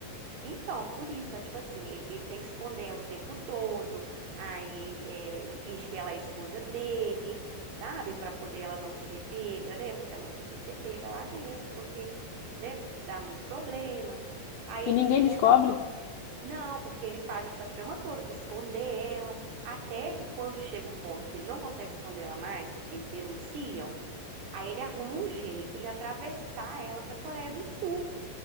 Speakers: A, on the right; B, on the left.
A: Então, por isso, é tipo assim, ele, ele tem que esconder ela o tempo todo, aí ele, é, ele finge que ela é a esposa dele, sabe? Pra poder ela não ser pega, né? Porque ela não podia ser pega lá dentro, porque, né, dá muito problema. Aí ele
B: E ninguém
A: esconde,
B: descobre.
A: não, porque ele faz essa trama toda de esconder ela, até que quando chega um ponto que ele não consegue esconder ela mais, porque eles denunciam, aí ele arruma um jeito de atravessar ela pra Coreia do Sul